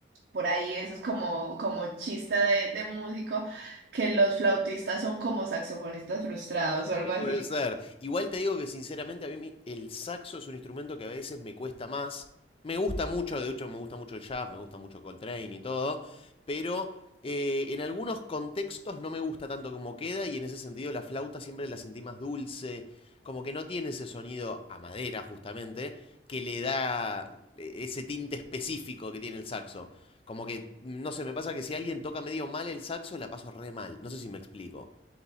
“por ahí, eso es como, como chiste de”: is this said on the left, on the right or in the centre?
Right